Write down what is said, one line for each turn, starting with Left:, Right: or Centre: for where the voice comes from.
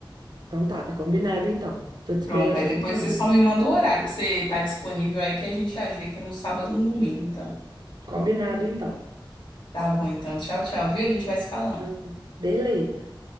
Right: Então tá, tá combinado então. Tô te esperando
Left: Pronto, aí
Right: aqui
Left: depois
Right: em casa.
Left: você só me manda o horário que você tá disponível aí que a gente ajeita no sábado ou no domingo, então.
Right: Combinado então.
Left: Tá bom, então. Tchau, tchau, viu? A gente vai se falando.
Right: Tá, Beleza.